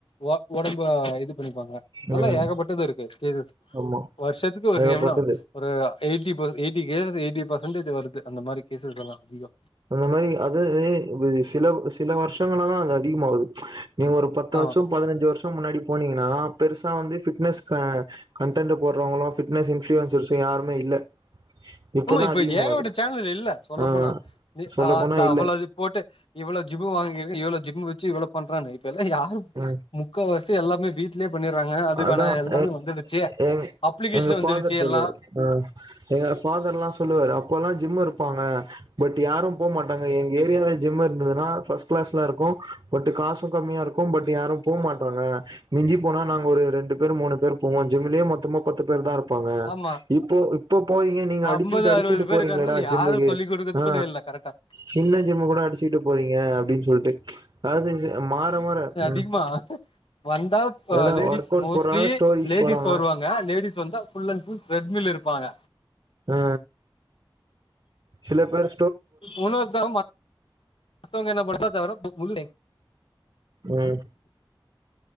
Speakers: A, on the left (about 90°); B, on the right (about 55°).
A: ஒ ஒடம்ப இது பண்ணிப்பாங்க இதெல்லா
B: ம் ம்
A: ஏகப்பட்டது இருக்கு இது
B: ஆமா
A: வருஷத்துக்கு ஒரு
B: ஏகப்பட்டது
A: எவ்ளோ ஒரு eighty per eighty cases eighty percentage வருது அந்த மாரி கேசஸ் எல்லா ஐயையோ
B: அந்த மாரி அதாவது இப்டி சில சில வருஷங்களாதா அது அதிகமாகுது ம்ச் நீங்க ஒரு பத்து
A: ஆமா
B: வருஷோ பதினஞ்சு வருஷோ முன்னாடி போனீங்கன்னா பெருசா வந்து ஃபிட்னஸ் ஆ கண்டென்ட் போடுறவங்களு ஃபிட்னஸ் இன்ஃப்ளூன்ஸ்ர்ஸ் யாருமே இல்ல இப்பதா
A: ஆமா இப்ப
B: அதிகமாவுது
A: ஏகப்பட்ட சேனல் இல்ல சொல்லப்போனா
B: ஆ சொல்ல
A: ஆ
B: போனா
A: இந்த
B: இல்ல
A: அவ்வளது போட்டு இவ்வளோ ஜிம் வாங்கிறக்கே இவ்வளோ ஜிம் வச்சு இவ்ளோ பண்றான்னுங்க இப்பல்லா யாரு
B: ஆ
A: முக்காவாசி எல்லாமே வீட்லயே பண்ணிறாங்க அதுக்கான
B: அதா
A: எல்லாமே
B: எ
A: வந்துடுச்சு
B: எங்
A: அப்ளிகேஷன்
B: எங்க
A: வந்துடுச்சு
B: ஃபாதர் சொல்லுவாரு
A: எல்லா
B: ஆ எங்க ஃபாதர் எல்லா சொல்லுவாரு அப்பல்லா ஜிம் இருப்பாங்க பட் யாரும் போ மாட்டாங்க எங்க ஏரியால ஜிம் இருந்ததுனா பஸ்ட் கிளாஸ்ல இருக்கு பட் காசு கம்மியா இருக்கு பட் யாரு போ மாட்டங்க மிஞ்சி போனா நாங்க ஒரு ரெண்டு பேர் மூணு பேர் போவோ ஜிம்லயே மொத்தமா பத்து பேர் தா இரு இருப்பாங்க
A: ஆமா
B: இப்போ இப்போ போறீங்க நீங்க அடிச்சீட்டு
A: ஐம்பது
B: அடிச்சீட்டு
A: அறுபது பேர்
B: போறீங்களடா
A: இருக்காங்கனால
B: ஜிம்முக்கு
A: யாரும் சொல்லி் குடுக்கறது
B: ஆ
A: கூட இல்ல கரெக்டா
B: சின்ன ஜிம் கூட அடிச்சியீட்டு போறீங்க அப்படின்னு சொல்லிட்டு ம்ச் அதாவது மாற மாற ம்
A: ஜிம்மா வந்தா ஆ
B: அதா
A: லேடிஸ்
B: ஒர்க் அவுட்
A: மோஸ்ட்லி
B: போறாங்க ஸ்டோரிஸ்
A: லேடிஸ்
B: போறாங்க
A: வருவாங்க லேடிஸ் வந்தா full and full treadmill இருப்பாங்க
B: ஆ சில பேரு
A: ஊன தா மத் மத்தவங்க என்ன பண்ரவங்க தவிர புல்
B: ம்